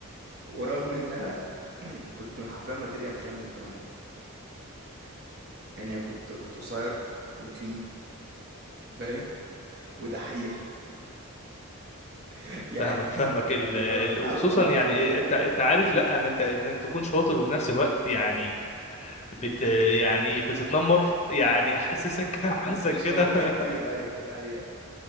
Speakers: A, on the right; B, on the left.
A: ورغم ان انا <clears throat> كنت حرفيا ماتيريال خام للتنمر يعني أنا كنت كنت قصير وتخين فاهم ودحيح <laughs> يعني
B: فاهمك فاهمك ال...
A: اللي
B: ال...
A: هو تعالوا
B: وخصوصا
A: اتنمروا
B: يعني
A: عليا
B: انت
A: <laughs>
B: انت عارف لا ما انت انك تكون شاطر وفي نفس الوقت يعني بت يعني بتتنمر يعني حاسسك <laughs> حاسسك
A: م- مش
B: كده
A: موجودة كتير
B: <laughs>
A: أيوه دي حقيقة